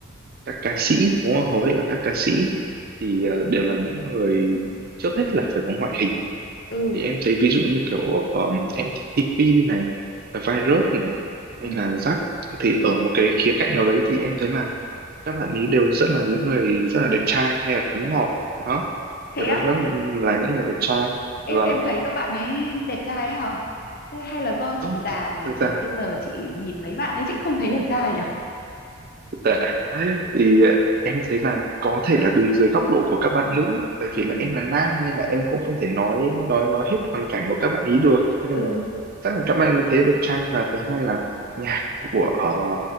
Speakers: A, on the right; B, on the left.
A: các ca sĩ đúng không? Hầu hết là các ca sĩ thì ờ, đều là những người trước hết là phải có ngoại hình
B: ừ,
A: thì em thấy ví dụ như kiểu um, MTP này, virus này hay
B: ừ.
A: là rắc thì ở một cái khía cạnh nào đấy thì em thấy là các bạn ấy đều rất là những người rất là đẹp trai hay là thắng ngọt đó
B: Thế
A: đều
B: á?
A: là rất là những người đẹp trai
B: Em
A: và
B: em thấy các bạn ấy đẹp trai ấy hả? Hay, hay là do
A: không
B: chị già
A: thì
B: rồi
A: thực ra
B: mà bây giờ chị nhìn mấy bạn ấy chị không thấy đẹp trai nhỉ?
A: thực ra <laughs> thì ờ, em thấy là có thể là đứng dưới góc độ của các bạn
B: Ừ,
A: nữ tại
B: ừ,
A: vì là
B: ừ.
A: em là nam nên là em cũng không thể nói nói nói hết hoàn cảnh của các bạn ý được nhưng
B: Ừ,
A: mà chắc là các bạn thấy đẹp trai và thứ hai là nhạc của ờ,